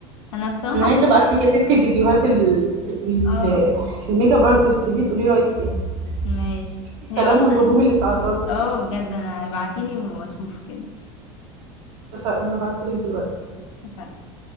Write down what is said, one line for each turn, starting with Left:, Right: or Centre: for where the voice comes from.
Left: انا بصراحة
Right: انا عايزه
Left: كنت-
Right: ابعت لك يا ستي فيديوهات ال- ال-
Left: اه
Right: الميك اب ارتست دي تقولي رايك فيها
Left: ماشي
Right: شوفي الكلام
Left: هي اصلا
Right: والهجوم اللي اتعرضت
Left: اه
Right: ليه
Left: بجد انا ابعتيلي واشوف كده
Right: اتفقنا هبعته لك دلوقتي
Left: اتفقنا.